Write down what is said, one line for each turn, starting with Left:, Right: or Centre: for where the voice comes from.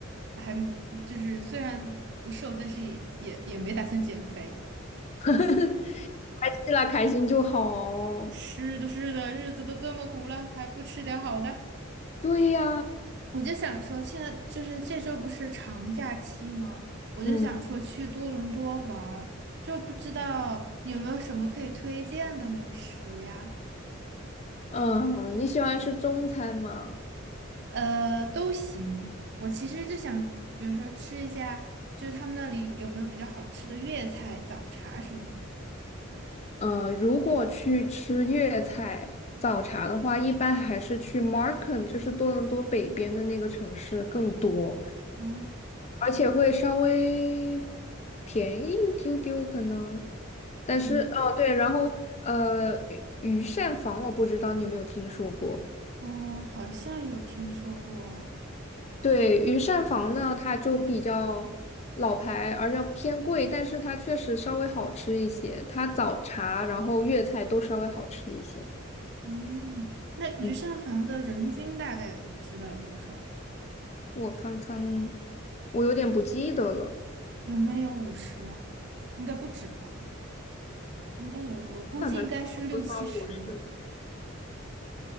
Right: 还就是虽然不瘦，但是也也也没打算减肥。
Left: <laughs> 开心啦，开心就好。
Right: 是的，是的，日子都这么苦了，还不吃点好的。
Left: 对呀，
Right: 我就想说，现在就是这周不是长假期吗？我就想说去多伦多玩儿，
Left: 嗯，
Right: 就不知道你有没有什么可以推荐的美食呀？
Left: 嗯，你喜欢吃中餐吗？
Right: 呃，都行。我其实就想，比如说吃一下，就是他们那里有没有比较好吃的粤菜、早茶什么的。
Left: 呃，如果去吃粤菜早茶的话，一般还是去 Markham，就是多伦多北边的那个城市更多，
Right: 哦，
Left: 而且会稍微便宜一丢丢可能。但是哦，
Right: 嗯，
Left: 对，然后呃，御御膳房我不知道你有没有听说过。
Right: 哦，好像有听说过。
Left: 对，御膳房呢，它就比较老牌，而且偏贵，但是它确实稍微好吃一些。它早茶，然后粤菜都稍微好吃一些。
Right: 嗯，那鱼膳房的人均大概你知道有多少吗？
Left: 嗯。我看看，我有点不记得了，
Right: 有没有五十啊？应该不止吧。应该有，我估计应该是六七十。
Left: 看看，我想五十，